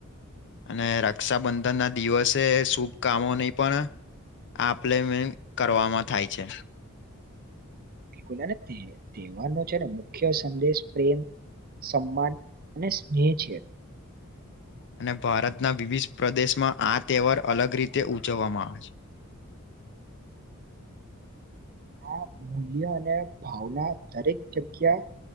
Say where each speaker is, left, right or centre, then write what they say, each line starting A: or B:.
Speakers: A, on the left (about 55°); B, on the right (about 40°).
A: અને રક્ષાબંધન ના દિવસે શુભ કામો નહી પણ આ પ્લેમેન્ટ કરવામાં થાય છે
B: બિલકુલ અને તહેવારનો છે ને મુખ્ય સંદેશ પ્રેમ સમાન અને સ્નેહ છે
A: અને ભારતના વિવિધ પ્રદેશમાં આ તહેવાર અલગ રીતે ઉજવવામાં આવે છે <unintelligible>
B: આ મૂલ્ય અને ભાવના દરેક જગ્યા